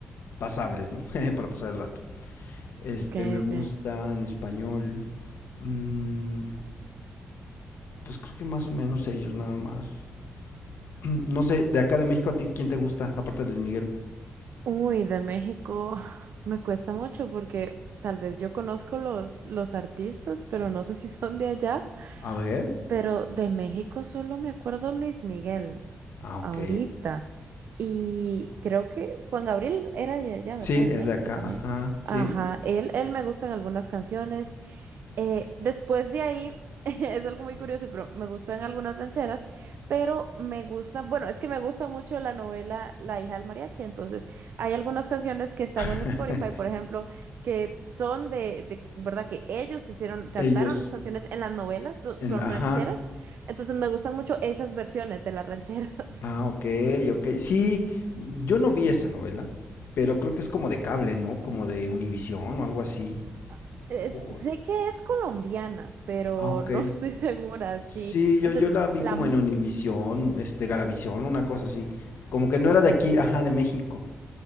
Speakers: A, on the left; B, on the right.
A: pasables, ¿no? <laughs> Para pasar el rato. Este,
B: ok,
A: me gusta
B: ok.
A: en español. mm, pues creo que más o menos ellos nada más. <clears throat> No sé, de acá de México a ti, ¿quién te gusta? Aparte de Luis Miguel.
B: Uy, de México <sighs> me cuesta mucho porque tal vez yo conozco los, los artistas, pero no sé si son de allá.
A: A ver.
B: Pero de México solo me acuerdo Luis Miguel
A: Ah, ok.
B: ahorita. Y creo que Juan Gabriel era de allá, ¿verdad?
A: Sí,
B: De
A: es
B: México
A: de acá.
B: también.
A: Ajá,
B: Ajá,
A: sí.
B: él, él me gustan algunas canciones. Eh, después de ahí, <laughs> es algo muy curioso, pero me gustan algunas rancheras, pero me gusta, bueno, es que me gusta mucho la novela La hija del mariachi, entonces hay algunas canciones que están
A: <laughs>
B: en Spotify, por ejemplo, que son de, de, ¿verdad? Que ellos hicieron, cantaron
A: Ellos.
B: las canciones en las novelas, so-
A: En,
B: son
A: ajá.
B: rancheras, entonces me gustan mucho esas versiones de las rancheras.
A: Ah, ok, ok. Sí, yo no vi esa novela, pero creo que es como de cable, ¿no? Como de Univisión o algo así.
B: <laughs> Es-
A: O-
B: sé que es colombiana, pero
A: ah, ok.
B: no estoy <laughs> segura, sí.
A: Sí, yo,
B: Entonces,
A: yo la vi
B: la...
A: como
B: mu-
A: en Univisión, este, Galavisión, una cosa así. Como que no
B: Ok,
A: era de aquí, ajá, de México,